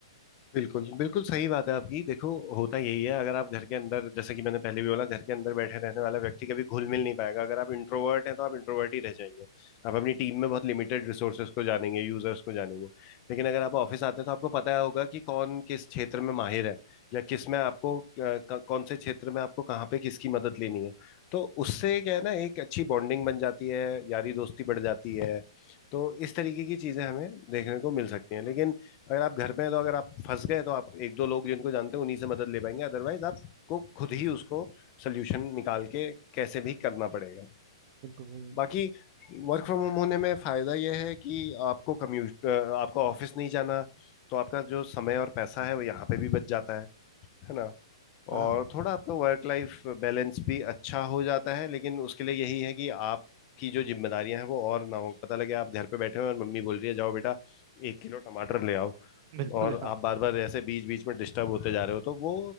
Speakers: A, on the left; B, on the right.
A: बिल्कुल बिल्कुल सही बात है आपकी देखो होता यही है अगर आप घर के अंदर जैसे कि मैंने पहले भी बोला घर के अंदर बैठे रहने वाला व्यक्ति कभी घुल मिल नहीं पाएगा अगर आप इंट्रोवर्ट हैं तो आप इंट्रोवर्ट ही रह जाएंगे आप अपनी टीम में बहुत लिमिटेड रिसोर्सेज को जानेंगे यूजर्स को जानेंगे लेकिन अगर आप ऑफिस आते हैं तो आपको पता होगा कि कौन किस क्षेत्र में माहिर है या किस में आपको अ, क- कौन से क्षेत्र में आपको कहाँ पे किसकी मदद लेनी है तो उससे क्या है ना एक अच्छी बॉन्डिंग बन जाती है यारी दोस्ती बढ़ जाती है तो इस तरीके की चीजें हमें देखने को मिल सकती हैं लेकिन अगर आप घर पे हैं तो अगर आप फंस गए तो आप एक दो लोग जिनको जानते हैं उन्हीं से मदद ले पाएंगे अदरवाइज आपको खुद ही उसको सोल्यूशन निकाल के कैसे भी करना पड़ेगा
B: बिल्कुल भाई
A: बाकी वर्क फ्रॉम होम होने में फायदा यह है कि आपको कम्यूट आपको ऑफिस नहीं जाना तो आपका जो समय और पैसा है वो यहाँ पे भी बच जाता है है ना
B: हाँ
A: और थोड़ा आपका वर्क लाइफ बैलेंस भी अच्छा हो जाता है लेकिन उसके लिए यही है कि आपकी जो जिम्मेदारियां हैं वो और ना हो पता लगे आप घर पे बैठे हो और मम्मी बोल रही है जाओ बेटा एक किलो टमाटर ले आओ
B: बिल्कुल
A: और
B: हाँ
A: आप बार बार ऐसे बीच बीच में डिस्टर्ब होते जा रहे हो तो वो